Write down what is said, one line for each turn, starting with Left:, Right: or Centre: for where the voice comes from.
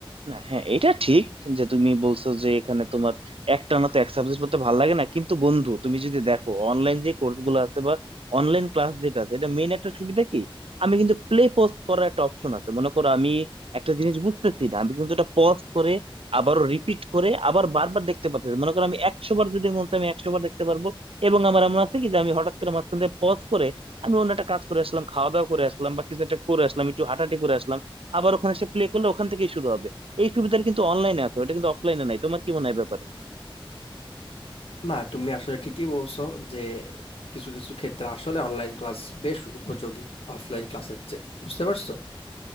Right: না হ্যাঁ এটা ঠিক যে তুমি বলছো যে এখানে তোমার একটানা তো এক সাবজেক্ট পড়তে ভালো লাগে না কিন্তু বন্ধু তুমি যদি দেখো অনলাইন যে কোর্স গুলো আছে বা অনলাইন ক্লাস যেটা আছে এটা মেন একটা সুবিধা কি আমি কিন্তু প্লে পজ করার একটা অপশন আছে মনে করো আমি একটা জিনিস বুঝতেছি না আমি কিন্তু এটা পজ করে আবারও রিপিট করে আবার বারবার দেখতে পাচ্ছি মনে করো আমি একশো বার যদি মন চাই আমি একশো বার দেখতে পারবো এবং আমার এমন আছে কি যে আমি হঠাৎ করে মাঝখান থেকে পজ করে আমি অন্য একটা কাজ করে আসলাম খাওয়া দাওয়া করে আসলাম বা কিছু একটা করে আসলাম একটু হাঁটাহাঁটি করে আসলাম আবার ওখানে সে প্লে করলে ওখান থেকেই শুরু হবে এই সুবিধাটা কিন্তু অনলাইনে আছে ওটা কিন্তু অফলাইনে নাই তোমার কি মনে হয় এ ব্যাপারে
Left: না তুমি আসলে ঠিকই বলছো যে কিছু কিছু ক্ষেত্রে আসলে অনলাইন ক্লাস বেশ উপযোগী অফলাইন ক্লাসের চেয়ে বুঝতে পারছো